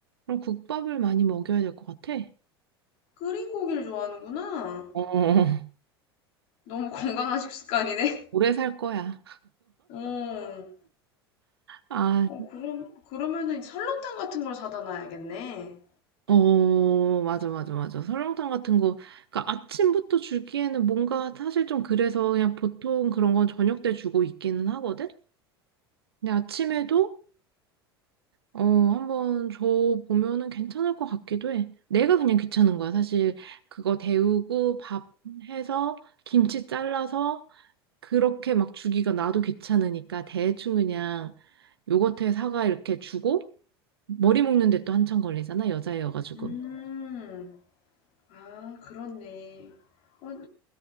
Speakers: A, on the right (about 70°); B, on the left (about 50°).
A: 그런 국밥을 많이 먹여야 될 것 같아.
B: 끓인 고기를 좋아하는구나.
A: 어,
B: 너무 <laughs> 건강한 식습관이네.
A: 오래 살 거야.
B: 어,
A: 아,
B: 어, 그럼, 그러면은 설렁탕 같은 걸 사다 놔야겠네.
A: 어, 맞아, 맞아, 맞아. 설렁탕 같은 거. 그러니까 아침부터 주기에는 뭔가 사실 좀 그래서 그냥 보통 그런 건 저녁 때 주고 있기는 하거든? 근데 아침에도 어, 한번 줘 보면은 괜찮을 것 같기도 해. 내가 그냥 귀찮은 거야. 사실 그거 데우고 밥 해서 김치 잘라서 그렇게 막 주기가 나도 귀찮으니까 대충 그냥 요거트에 사과 이렇게 주고 머리 묶는데 또 한참 걸리잖아. 여자애여가지고.
B: 음, 아, 그렇네. 어,